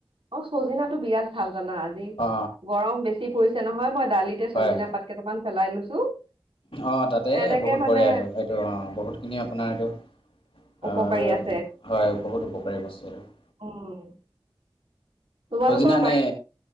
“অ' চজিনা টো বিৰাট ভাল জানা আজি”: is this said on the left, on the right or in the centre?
Right